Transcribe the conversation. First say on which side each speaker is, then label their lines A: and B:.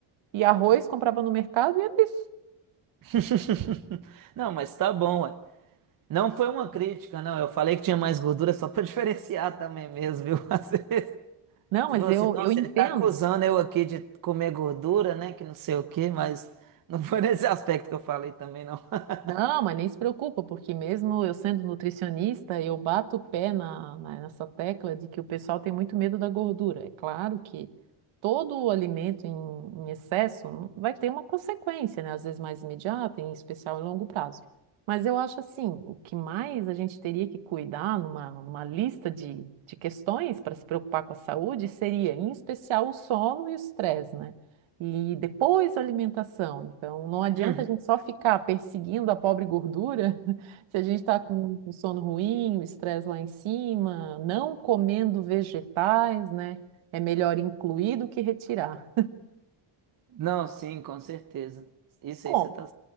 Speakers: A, on the right; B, on the right.
A: E arroz comprava no mercado e era isso.
B: <laughs> Não, mas tá bom, ué. Não foi uma crítica, não. Eu falei que tinha mais gordura só pra <laughs> diferenciar também mesmo, viu? <laughs> Às vezes
A: Não,
B: você
A: mas
B: falou
A: eu,
B: assim, nossa,
A: eu entendo.
B: ele tá acusando eu aqui de comer gordura, né? Que não sei o quê, mas <laughs> não foi nesse aspecto que eu falei também, não. <laughs>
A: Não, mas nem se preocupa, porque mesmo eu sendo nutricionista, eu bato o pé na, na- nessa tecla de que o pessoal tem muito medo da gordura. É claro que todo o alimento em, em excesso vai ter uma consequência, né? Às vezes mais imediata, em especial em longo prazo. Mas eu acho assim, o que mais a gente teria que cuidar numa, numa lista de, de questões para se preocupar com a saúde seria, em especial, o sono e o estresse, né? e depois a alimentação. Então, não adianta
B: Uhum.
A: a gente só ficar perseguindo a pobre gordura <laughs> se a gente está com com sono ruim, o estresse lá em cima, não comendo vegetais, né? É melhor incluir do que retirar.
B: Não, sim, com certeza. Isso
A: Bom,
B: aí você tá.